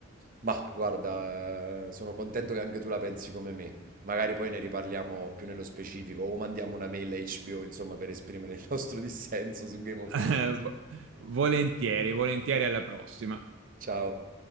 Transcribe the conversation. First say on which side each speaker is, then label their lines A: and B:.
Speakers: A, on the right; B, on the right.
A: Ma guarda, eh, sono contento che anche tu la pensi come me. Magari poi ne riparliamo più nello specifico o mandiamo una mail a HBO, insomma, per esprimere il nostro dissenso su Game of
B: <laughs>
A: Thrones.
B: Vo- Volentieri, volentieri alla prossima.
A: Ciao.